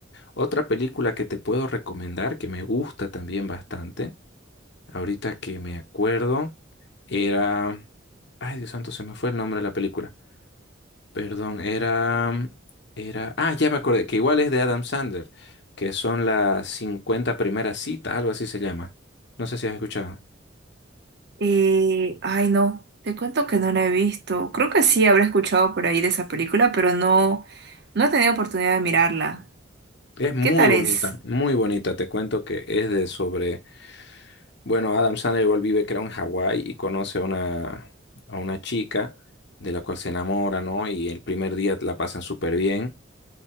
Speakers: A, on the left; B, on the right.
A: Otra película que te puedo recomendar, que me gusta también bastante, ahorita que me acuerdo, era... Ay, Dios santo, se me fue el nombre de la película. Perdón, era... Era... Ah, ya me acordé, que igual es de Adam Sandler, que son las 50 primeras citas, algo así se llama. No sé si has escuchado.
B: Eh, ay, no, te cuento que no la he visto. Creo que sí habré escuchado por ahí de esa película, pero no, no he tenido oportunidad de mirarla.
A: Es muy
B: ¿Qué tal
A: bonita,
B: es?
A: muy bonita. Te cuento que es de sobre Bueno, Adam Sandler igual vive, creo, en Hawái y conoce a una, a una chica de la cual se enamora, ¿no? Y el primer día la pasan súper bien,